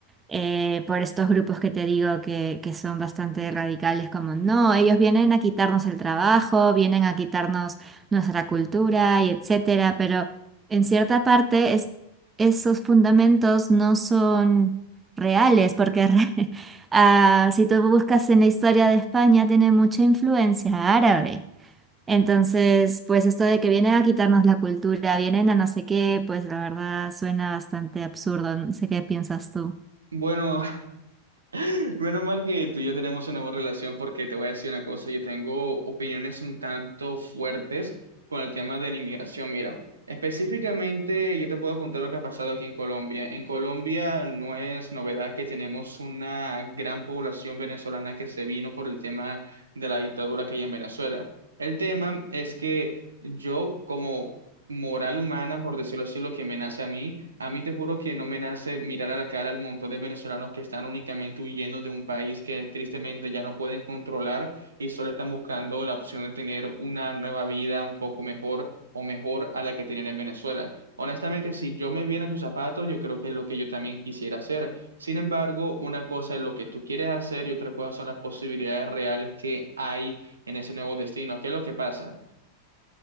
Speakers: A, on the right (about 15°); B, on the right (about 75°).
A: eh, por estos grupos que te digo que, que son bastante radicales, como no, ellos vienen a quitarnos el trabajo, vienen a quitarnos nuestra cultura y etcétera, pero en cierta parte es, esos fundamentos no son reales, porque re- <laughs> ah, si tú buscas en la historia de España, tiene mucha influencia árabe. Entonces, pues esto de que vienen a quitarnos la cultura, vienen a no sé qué, pues la verdad suena bastante absurdo. No sé qué piensas tú.
B: Bueno, <laughs> menos mal que tú y yo tenemos una buena relación porque te voy a decir una cosa, yo tengo opiniones un tanto fuertes con el tema de la inmigración. Mira, específicamente yo te puedo contar lo que ha pasado aquí en Colombia. En Colombia no es novedad que tenemos una gran población venezolana que se vino por el tema de la dictadura que hay en Venezuela. El tema es que yo como moral humana, por decirlo así, lo que me nace a mí. A mí te juro que no me nace mirar a la cara al montón de venezolanos que están únicamente huyendo de un país que tristemente ya no pueden controlar y solo están buscando la opción de tener una nueva vida un poco mejor o mejor a la que tenían en Venezuela. Honestamente, si yo me viera en sus zapatos, yo creo que es lo que yo también quisiera hacer. Sin embargo, una cosa es lo que tú quieres hacer y otra cosa son las posibilidades reales que hay en ese nuevo destino. ¿Qué es lo que pasa?